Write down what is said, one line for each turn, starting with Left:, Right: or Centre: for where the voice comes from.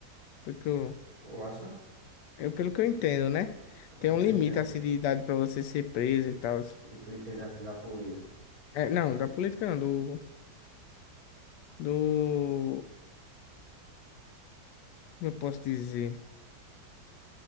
Left: Pelo que eu,
Right: Tu acha?
Left: eu- pelo que eu entendo, né?
Right: Pelo
Left: Tem
Right: que
Left: um
Right: tu
Left: limite
Right: entende,
Left: assim de idade pra você ser preso e tal.
Right: pelo que tu entende assim da política.
Left: É, não, da política não, do, do, como eu posso dizer?